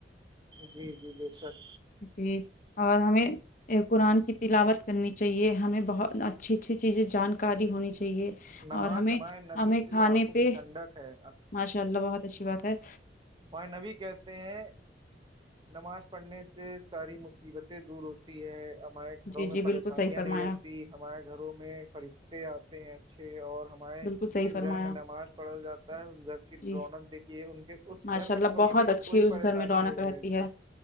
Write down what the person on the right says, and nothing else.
جی جی جی سک
نماز
ہمارے نبی
کی آنکھوں
کی ٹھنڈک ہے
وہ نبی کہتے ہیں نماز پڑھنے سے ساری مصیبتیں دور ہوتی ہے ہم گھروں
میں
پریشانیاں
نہیں رہتی ہمارے گھروں میں فرشتے آتے ہیں اچھے اور ہمارے
جس
گھر میں نماز پڑا جاتا ہے اس گھر کی
رونق دیکھی ہے ان کے اس
گھر میں
کبھی
بھی
کوئی
پریشانی
نہیں رہتی